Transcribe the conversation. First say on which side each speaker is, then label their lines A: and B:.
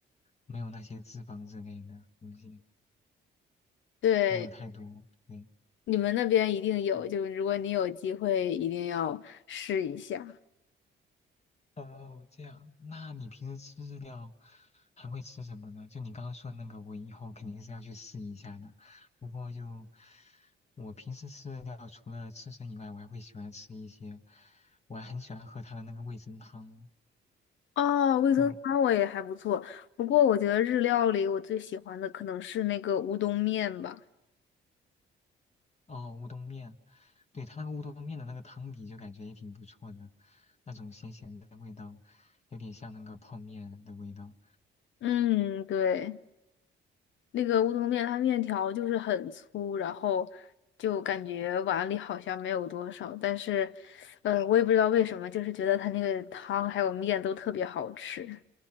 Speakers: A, on the left; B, on the left.
A: 没有那些脂肪之类的东西，
B: 对，
A: 没有太多。对，
B: 你们那边一定有，
A: 嗯
B: 就如果你有机会，一定要试一下。
A: 哦，这样，那你平时吃日料还会吃什么呢？就你刚刚说的那个，我以后肯定是要去试一下的。不过就我平时吃日料，除了刺身以外，我还会喜欢吃一些，我还很喜欢喝它的那个味增汤，
B: 哦，味噌汤我也还不错，
A: 就
B: 不过我觉得日料里我最喜欢的可能是那个乌冬面吧。
A: 哦乌冬面，对，它那个乌冬面的那个汤底就感觉也挺不错的，那种咸咸的味道，有点像那个泡面的味道。
B: 嗯，对，那个乌冬面它面条就是很粗，然后就感觉碗里好像没有多少，但是，呃，我也不知道为什么，就是觉得它那个汤还有面都特别好吃。